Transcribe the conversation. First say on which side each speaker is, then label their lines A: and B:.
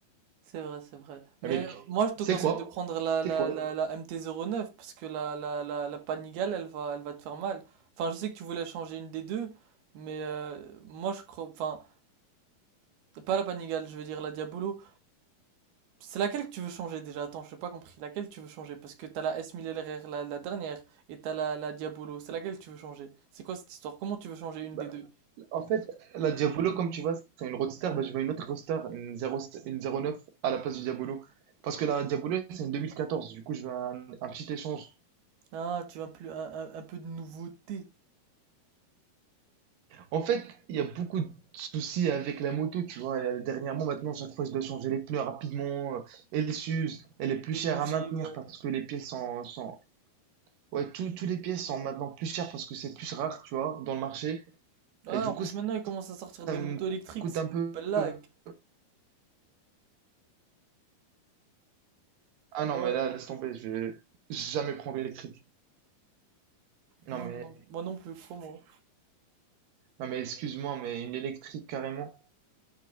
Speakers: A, on the right; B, on the right.
A: c'est vrai, c'est vrai. Mais
B: Mais mec,
A: moi je te
B: c'est
A: conseille
B: quoi?
A: de prendre la,
B: C'est
A: la,
B: quoi?
A: la, la MT-09 parce que la, la, la, la Panigale, elle va, elle va te faire mal. Enfin, je sais que tu voulais changer une des deux, mais euh, moi je crois, enfin, pas la Panigale, je veux dire la Diabolo. C'est laquelle que tu veux changer déjà? Attends, je n'ai pas compris. Laquelle tu veux changer? Parce que t'as la S1000RR, la, la dernière, et t'as la, la Diabolo. C'est laquelle que tu veux changer? C'est quoi cette histoire? Comment tu veux changer une
B: Bah,
A: des deux?
B: en fait, la Diabolo, comme tu vois, c'est une roadster. Bah, je veux une autre roadster, une 0, une 09 à la place du Diabolo. Parce que la Diabolo, c'est une 2014. Du coup, je veux un, un petit échange.
A: Ah, tu veux un, plus, un, un- un peu de nouveauté.
B: En fait, il y a beaucoup de soucis avec la moto, tu vois. Euh, Dernièrement, maintenant, chaque fois, je dois changer les pneus rapidement. euh, Elle s'use. Elle est plus
A: Des
B: chère
A: bougies,
B: à maintenir
A: ouais.
B: parce que les pièces sont, sont... Ouais, tout- tous les pièces sont maintenant plus chères parce que c'est plus rare, tu vois, dans le marché.
A: Ouais,
B: Et du
A: en
B: coup,
A: plus
B: ça,
A: maintenant ils commencent à sortir
B: ça
A: des
B: me
A: motos électriques,
B: coûte
A: c'est
B: un peu...
A: une blague.
B: euh, Ah non,
A: Ouais,
B: mais là, laisse tomber, je vais jamais prendre l'électrique. Non,
A: non,
B: mais,
A: non, moi non plus, crois-moi.
B: non, mais excuse-moi, mais une électrique, carrément,